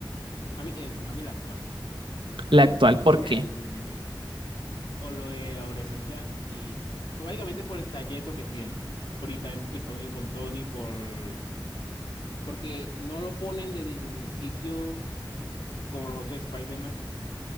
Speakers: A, on the left; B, on the right.
A: A mí, el- a mí la actual, la actual,
B: La actual, ¿por
A: mil veces,
B: qué?
A: sí, mil veces. por lo de adolescencia y básicamente por el talleto que tiene. Por, y también porque está unido con Tony, por, porque no lo ponen desde el sitio como los otros Spider-Man,